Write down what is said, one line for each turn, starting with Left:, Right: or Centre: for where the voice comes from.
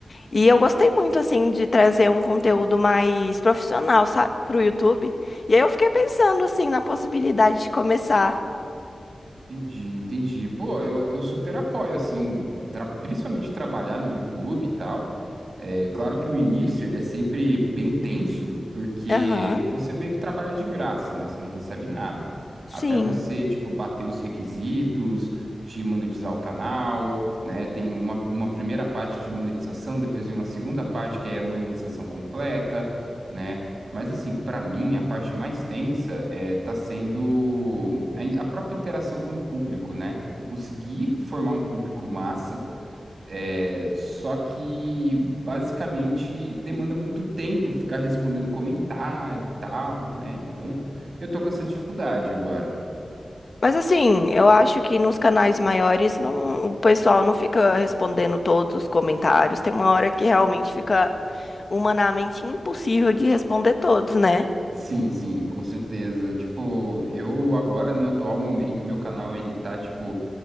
Left: E eu gostei muito, assim, de trazer um conteúdo mais profissional, sabe, pro YouTube. E aí eu fiquei pensando, assim, na possibilidade de começar.
Right: entendi, entendi. Pô, eu, eu super apoio, assim, tra- principalmente trabalhar no YouTube e tal. É claro que o início ele é sempre bem tenso, porque
Left: Aham,
Right: você meio que trabalha de graça, né? Você não recebe nada.
Left: sim.
Right: Até você, tipo, bater os requisitos de monetizar o canal, né? Tem uma, uma primeira parte de monetização, depois vem uma segunda parte que é a monetização completa, né? Mas assim, pra mim, a parte mais tensa É, tá sendo a a própria interação com o público, né? Eu consegui formar um público massa, é, só que basicamente demanda muito tempo ficar respondendo comentário e tal, né? Então eu tô com essa dificuldade agora.
Left: Mas, assim, eu acho que nos canais maiores não, o pessoal não fica respondendo todos os comentários. Tem uma hora que realmente fica humanamente impossível de responder todos, né?
Right: Sim, sim, com certeza. Tipo, eu agora no atual momento, meu canal ele tá tipo